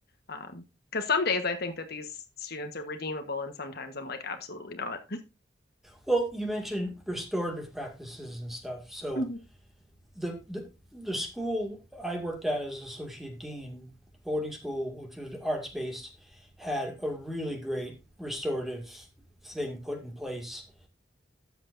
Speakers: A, on the left (about 60°); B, in the centre.
A: Um, because some days I think that these students are redeemable, and sometimes I'm like, absolutely not.
B: Well, you mentioned restorative practices and stuff. So
A: hmm
B: the the the school I worked at as associate dean, boarding school, which was arts based, had a really great restorative thing put in place